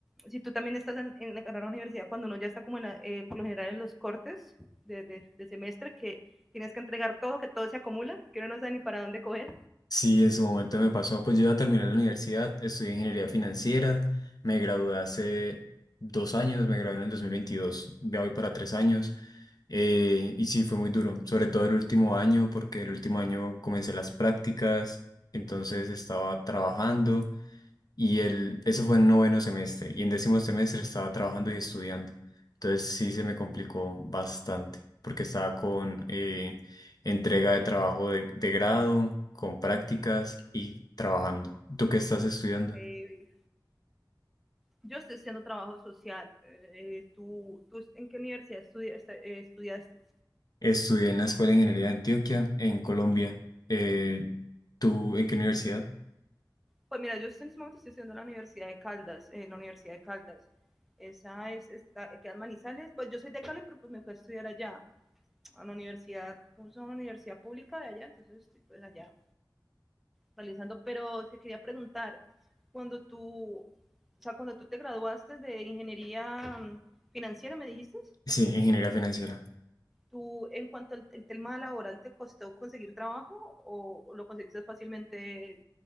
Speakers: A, in the centre; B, on the left.
A: si tú también estás en, en la carrera de la universidad cuando uno ya está como en la, eh, por lo general en los cortes de, de, de, semestre que tienes que entregar todo, que todo se acumula, que uno no sabe ni para dónde coger.
B: Sí, en su momento me pasó, pues yo ya terminé la universidad, estudié ingeniería financiera, me gradué hace dos años, me gradué en el 2022, ya voy para tres años, eh, y sí, fue muy duro, sobre todo el último año, porque el último año comencé las prácticas, entonces estaba trabajando. Y el, eso fue en noveno semestre. Y en décimo semestre estaba trabajando y estudiando. Entonces sí se me complicó bastante, porque estaba con eh, entrega de trabajo de, de grado, con prácticas y trabajando. ¿Tú qué estás
A: Uf,
B: estudiando?
A: eh, yo estoy haciendo trabajo social. Eh, eh, ¿tú, ¿tú, en qué universidad estudiaste, estudiaste?
B: Estudié en la Escuela de Ingeniería de Antioquia, en Colombia. Eh, ¿tú en qué universidad?
A: Pues mira, yo en este momento estoy estudiando en la Universidad de Caldas, en la Universidad de Caldas. Esa es, está, queda en Manizales. Pues yo soy de Cali, pero pues me fui a estudiar allá, a la universidad, como es una universidad pública de allá, entonces estoy pues allá realizando. Pero es que quería preguntar, cuando tú, o sea, cuando tú te graduaste de ingeniería mm, financiera, ¿me dijiste?
B: Sí, Ingeniería Financiera.
A: ¿Tú en cuanto al el tema laboral te costó conseguir trabajo o lo conseguiste fácilmente